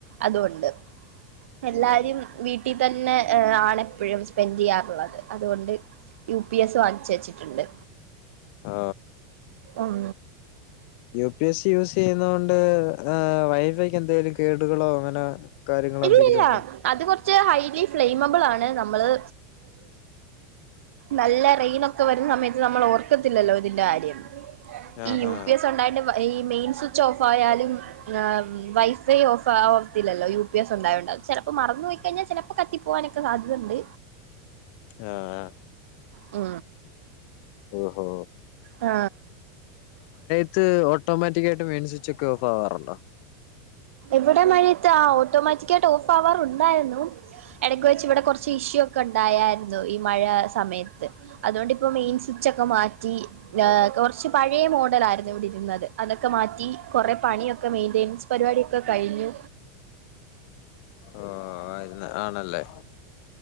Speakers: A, on the right; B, on the left.
A: അതൊണ്ട് എല്ലാരും
B: ഓ
A: വീട്ടിൽ തന്നെ ഏ ആണ് എപ്പോഴും സ്പെൻഡ്‌ ചെയ്യാറുള്ളത് അതുകൊണ്ട് യു പി എസ് വാങ്ങിച്ച് വെച്ചിട്ടുണ്ട്
B: ആ
A: ഉം
B: U P S C use ചെയ്യുന്ന കൊണ്ട് വൈഫൈക്ക് എന്തെലും കേടുകളോ അങ്ങനെ കാര്യങ്ങളോ
A: ഇല്ലല്ല
B: എന്തെങ്കിലും ഉണ്ടോ
A: അത് കുറച്ച് ഹൈലി ഫ്ലെയിമബിൾ ആണ് നമ്മള് നല്ല റെയിന് ഒക്കെ വരുന്ന സമയത്ത് നമ്മൾ ഓർക്കത്തില്ലല്ലോ ഇതിന്റെ കാര്യം
B: ആഹാ
A: ഈ യു പി എസ് ഉണ്ടായിട്ട് ഈ മെയിൻ സ്വിച്ച് ഓഫ് ആയാലും വൈഫൈ ഓഫ് ആവത്തില്ലല്ലോ യു പി എസ് ഉണ്ടായോണ്ട് ചിലപ്പോ മറന്നു പോയിക്കഴിഞ്ഞാൽ ചിലപ്പോ കത്തി പോകാനൊക്കെ സാധ്യതുണ്ട്
B: ആ ആ
A: ആ
B: ഓഹോ
A: ആ
B: <unintelligible> ഓട്ടോമാറ്റിക്കാട്ട് മെയിൻ സ്വിച്ച് ഒക്കെ ഓഫ് ആവാറുണ്ടോ
A: ഇവിടെ മഴത്ത് ഓട്ടോമാറ്റികയിട്ട് ഓഫ് ആവറുണ്ടായിരുന്നു ഇടയ്ക്ക് വെച്ച് ഇവിടെ കുറച്ച് ഇഷ്യൂ ഒക്കെ ഉണ്ടായായിരുന്നു ഈ മഴ സമയത്ത് അതുകൊണ്ടിപ്പോ മെയിൻ സ്വിച്ച് ചോക്കെ മാറ്റി കുറച്ച് പഴെ മോഡലായിരുന്നു ഇവിടെ ഇരുന്നത് അതൊക്കെ മാറ്റി കുറെ പണി ഒക്കെ മെയിന്റനൻസ് പരിപാടിയൊക്കെ കഴിഞ്ഞു
B: ഓ ആയിരുന്ന ആണല്ലേ